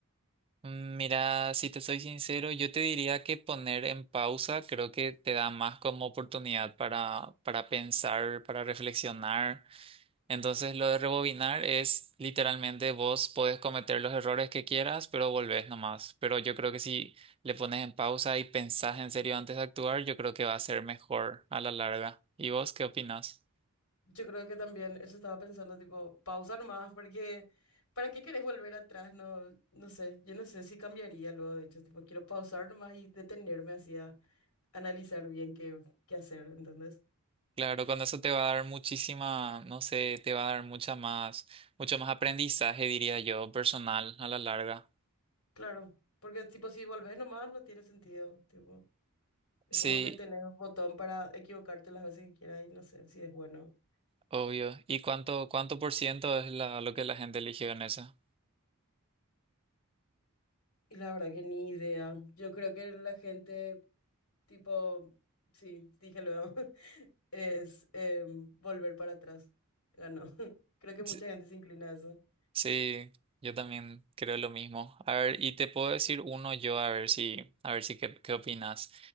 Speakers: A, on the right (about 25°); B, on the left (about 75°).
A: Mm, Mira, si te soy sincero, yo te diría que poner en pausa creo que te da más como oportunidad para, para pensar, para reflexionar. Entonces, lo de rebobinar es literalmente vos podés cometer los errores que quieras, pero volvés nomás. Pero yo creo que si le pones en pausa y pensás en serio antes de actuar, yo creo que va a ser mejor a la larga. ¿Y vos qué opinas?
B: Yo creo que también eso estaba pensando, tipo, pausa nomás, porque ¿para qué querés volver atrás? No, no sé, yo no sé si cambiaría luego, de hecho, tipo, quiero pausar nomás y detenerme así a analizar bien qué, qué hacer, ¿entendés?
A: Claro, con eso te va a dar muchísima, no sé, te va a dar mucha más, mucho más aprendizaje, diría yo, personal a la larga.
B: Claro, porque tipo, si volvés nomás no tiene sentido, tipo, es
A: Sí,
B: como que tenés un botón para equivocarte las veces que quieras y no sé si es bueno.
A: obvio. ¿Y cuánto, cuánto por ciento es la, lo que la gente eligió en eso?
B: Y la verdad que ni idea. Yo creo que la gente, tipo, sí, dije luego, <laughs> es em, volver para atrás. Ganó. <laughs> Creo que mucha
A: Sí,
B: gente se inclina a eso.
A: sí, yo también creo lo mismo. A ver, y te puedo decir uno yo, a ver si, a ver si qué, qué opinas.